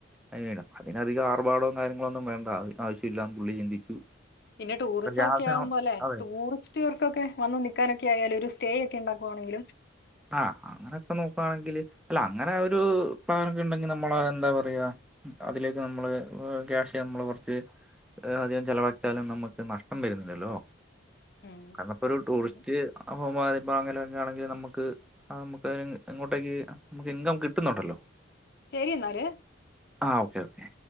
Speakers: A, in the centre; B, on the left.
A: അത് അതിനധികം ആർഭാടവും കാര്യങ്ങളോന്നും വേണ്ട ആവശ്യമില്ലാന്ന് പുള്ളി ചിന്തിച്ചു
B: പിന്നെ ടൂറിസം
A: പക്ഷെ
B: ഒക്കെ
A: ആ സമയം
B: ആകും പോലെ
A: അതെ
B: ടൂറിസം ർക്കൊക്കെ വന്ന് നിക്കക്കാനൊക്കെ ആയാലും ഒരു സ്റ്റേ ഒക്കെ ഉണ്ടാക്കുവാണെങ്കിലും
A: ആഹ അങ്ങനെയൊക്കെ നോക്കുകവാണെങ്കില് അല്ല അങ്ങനെ ആ ഒരു പ്ലൻൊക്കെ ഉണ്ടെങ്കി നമ്മളെ എന്താ പറയാ അതിലേക്ക് നമ്മള് ക്യാഷ് നമ്മള് കൊറച്ച് അധികം ചെലവാഴക്കിയാലും നമ്മുക്ക് നഷ്ടം വരുന്നില്ലല്ലോ
B: ഉം
A: ക ഇപ്പോ ഒരു ടൂറിസ്റ്റ്
B: അതെ
A: ഹോമപ്പോ അങ്ങനെയൊക്കെ ആണെങ്കിൽ നമുക്ക് ആ നമുക്ക് ഇങ്ങോട്ടേക്ക് നമുക്ക് ഇൻകം കിട്ടുന്നുണ്ടല്ലോ
B: ശരി എന്നാല്
A: ആ ഓക്കെ ഓക്കെ